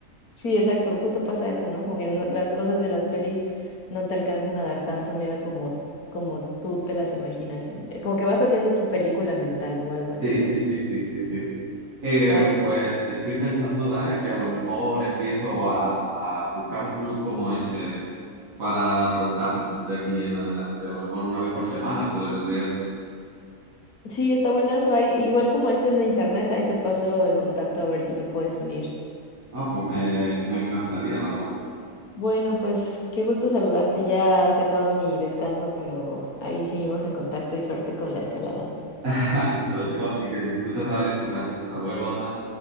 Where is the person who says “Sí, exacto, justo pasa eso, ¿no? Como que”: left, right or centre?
Left